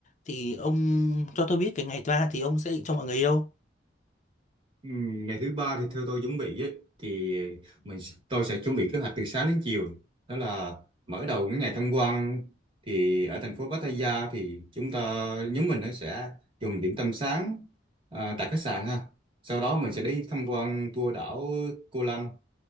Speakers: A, on the left; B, on the right.
A: thì ông cho tôi biết cái ngày thứ ba thì ông sẽ định cho mọi người đi đâu
B: Ừ, Ngày thứ ba thì theo tôi chuẩn bị ấy, thì mình tôi sẽ chuẩn bị kế hoạch từ sáng đến chiều đó là mở đầu cái ngày tham quan thì ở thành phố Pattaya thì chúng ta nhóm mình nó sẽ dùng điểm tâm sáng à, tại khách sạn ha sau đó mình sẽ đi tham quan tour đảo Koh Lanta